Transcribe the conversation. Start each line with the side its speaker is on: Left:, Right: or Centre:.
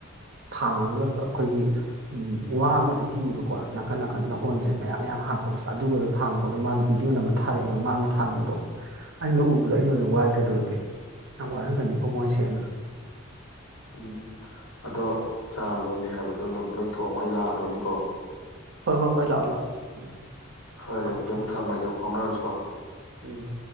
Right: ꯊꯥꯡꯉꯒ ꯑꯩꯈꯣꯏꯒꯤ ꯋꯥ ꯑꯃꯗ ꯀꯤꯕꯀꯣ ꯅꯥꯀꯟ ꯅꯥꯀꯟ ꯂꯧꯍꯣꯟꯁꯦ ꯃꯌꯥꯝ ꯃꯌꯥꯝ ꯍꯥꯞꯄꯒꯁꯦ ꯑꯗꯨꯒꯗ ꯊꯥꯡꯕꯗꯣ ꯃꯥꯅ ꯚꯤꯗꯤꯑꯣꯅ ꯑꯃ ꯊꯥꯔꯛꯑꯦꯕ ꯃꯥꯅ ꯊꯥꯡꯕꯗꯣ ꯑꯩꯅ ꯎꯕꯗꯣ ꯑꯩꯅ ꯑꯣꯏꯅ ꯋꯥꯏ ꯀꯩꯗꯧꯔꯒꯦ ꯁꯤ ꯌꯥꯝ ꯋꯥꯔꯝꯒꯅꯤꯀꯣ ꯃꯣꯏꯁꯦꯅ
Left: ꯎꯝ ꯑꯗꯣ ꯆ ꯂꯣꯜꯂꯤ ꯍꯥꯏꯕꯗꯣ ꯂꯣꯟꯕ ꯂꯣꯏꯊꯣꯛꯑꯃꯣ ꯑꯩ ꯂꯥꯛꯑꯗꯣꯏꯅꯤꯀꯣ
Right: ꯍꯣꯏ ꯍꯣꯏ ꯍꯣꯏ ꯂꯥꯛꯑꯣ ꯂꯥꯛꯑꯣ ꯎꯝ
Left: ꯐꯔꯦ
Right: ꯊꯝꯃꯣ
Left: ꯑꯗꯨ
Right: ꯊꯝꯃꯣ
Left: ꯑꯃꯨꯛ ꯊꯝꯃꯒꯦ ꯑꯃꯨꯛ ꯐꯥꯎꯅꯔꯁꯤ
Right: ꯎꯝ